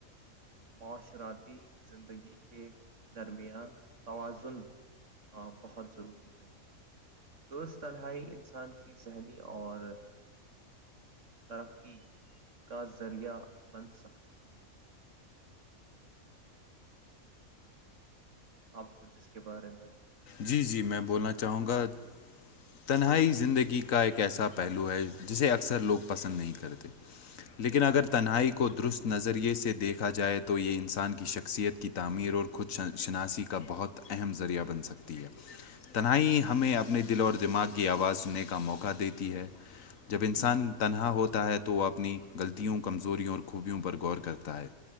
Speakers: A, on the right; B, on the left.
A: معاشراتی زندگی کے درمیان توازن ہاں بہت ضروری ہے درست تنہائی انسان کی ذہنی اور ترقی کا ذریعہ بن سکتی ہے آپ کچھ جس کے بارے میں آ،
B: جی جی میں
A: پیش
B: بولنا
A: کرنا
B: چاہوں
A: چاہیں
B: گا
A: گے
B: تنہائی زندگی کا ایک ایسا پہلو ہے جسے اکثر لوگ پسند نہیں کرتے لیکن اگر تنہائی کو درست نظریے سے دیکھا جائے تو یہ انسان کی شخصیت کی تعمیر اور خود شناسی کا بہت اہم ذریعہ بن سکتا ہے ہے تنہائی ہمیں اپنے دل اور دماغ کی آواز سننے کا موقع دیتی ہے جب انسان تنہا ہوتا ہے تو وہ اپنی غلطیوں کمزوریوں اور خوبیوں پر غور کرتا ہے